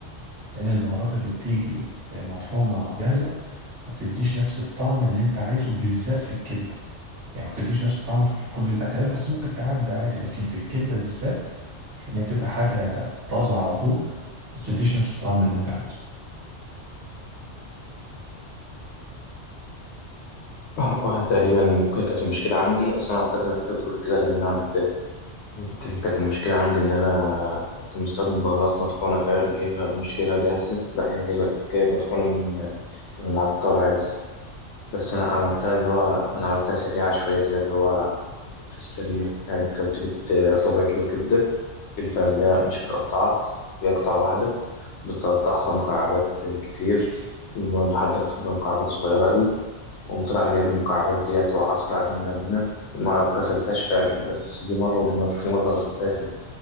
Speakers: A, on the right; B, on the left.
A: لأن البهارات اللي بتيجي مطحونة جاهزة ما بتديش نفس الطعم اللي أنت عايزه بالذات في الكبدة يعني ما بتديش نفس الطعم في كل الأكلات بس ممكن تعدي عادي لكن في الكبدة بالذات إن هي بتبقى حاجة طازة على طول ما بتديش نفس الطعم اللي أنت عايزه
B: <laughs> آه، آه، تقريبا ممكن كانت المشكلة عندي أصل أنا عملتها زي ما أنت بتقول كده لما أنا عملتها ممكن كانت المشكلة عندي إن أنا كنت مستخدم بهارات مطحونة فعلا جايبها مش جايبها جاهزة لا يعني جايبها جايبها مطحونة من من العطار عادي بس أنا عملتها اللي هو أنا عملتها سريعة شوية كده اللي هو في السريع يعني كنت جبت ربع كيلو كبدة الكبدة اللي هي مش متقطعة هي قطعة واحدة بتقطعها مكعبات كتير اللي هو لحد ما تبقى مكعبات صغيرة قوي وقمت رايح جايب المكعبات ديت وعصر عليهم ليمونة ما غسلتهاش فعلا بس دي مرة ودي مرة في مرة غسلتها فيه